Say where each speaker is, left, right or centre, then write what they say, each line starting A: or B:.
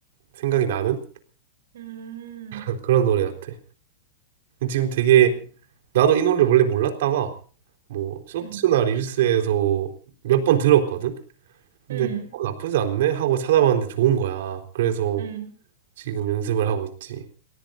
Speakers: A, on the right; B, on the right.
A: 생각이 나는
B: 음,
A: <laughs> 그런 노래 같아. 지금 되게
B: 음,
A: 나도 이 노래를 원래 몰랐다가 뭐 쇼츠나
B: 음,
A: 릴스에서 몇 번 들었거든. 근데
B: 음,
A: 어, 나쁘지 않네 하고 찾아봤는데 좋은 거야. 그래서
B: 음,
A: 지금 연습을 하고 있지.